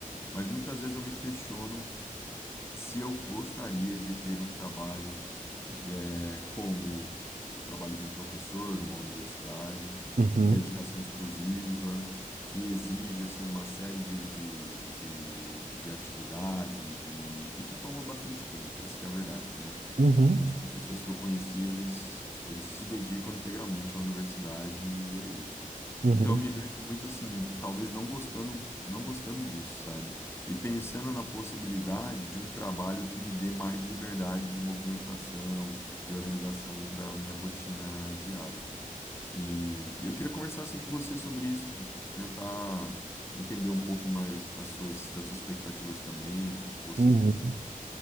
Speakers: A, on the left; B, on the right.
A: mas muitas vezes eu me questiono se eu gostaria de ter um trabalho é como o trabalho de um professor numa universidade,
B: Uhum.
A: de dedicação exclusiva, que exige assim, uma série de, de, de, de atividades e, de, e que toma bastante tempo, essa que é a verdade, né?
B: Uhum.
A: Muitos professores que eu conheci, eles, eles se dedicam integralmente à universidade e é isso.
B: Uhum.
A: Então eu me vejo muito assim, talvez não gostando, não gostando disso, sabe? E pensando na possibilidade de um trabalho que me dê mais liberdade de movimentação, de organização da minha rotina diária. E, e eu queria conversar assim com você sobre isso, tentar entender um pouco mais as suas, as suas expectativas também, como que você
B: Uhum.
A: vê isso.